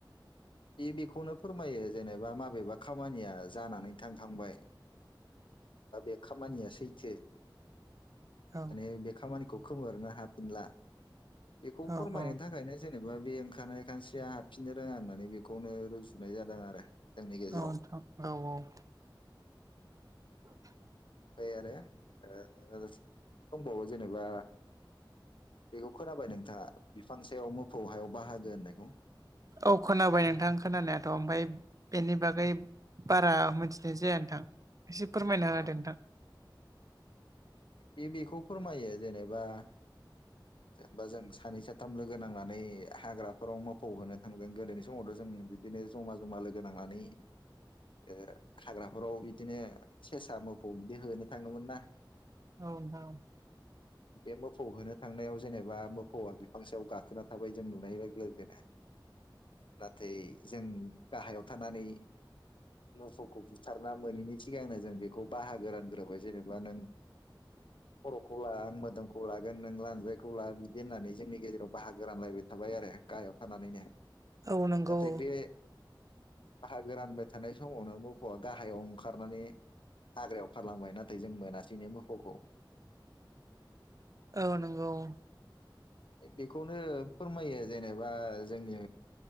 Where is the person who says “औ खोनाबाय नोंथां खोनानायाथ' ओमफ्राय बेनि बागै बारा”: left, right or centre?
Right